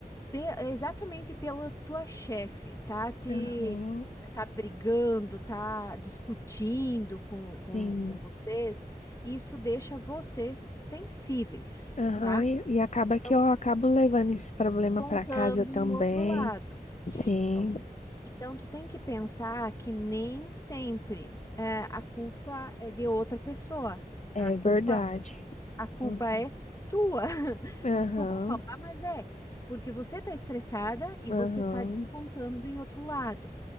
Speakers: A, on the left; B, on the left.
A: pe- exatamente pela tua chefe, tá te
B: aham,
A: tá brigando, tá discutindo com, com,
B: sim,
A: com vocês, isso deixa vocês sensíveis,
B: aham,
A: tá?
B: e, e acaba
A: Então,
B: que eu acabo levando esse problema
A: contando
B: para casa também.
A: em outro lado.
B: Sim,
A: Isso. Então, tu tem que pensar que nem sempre é, a culpa é de outra pessoa. A
B: é
A: culpa
B: verdade.
A: a culpa
B: Uhum.
A: é tua. <laughs>
B: Aham.
A: Desculpa falar, mas é porque você está estressada e
B: Aham,
A: você está descontando em outro lado.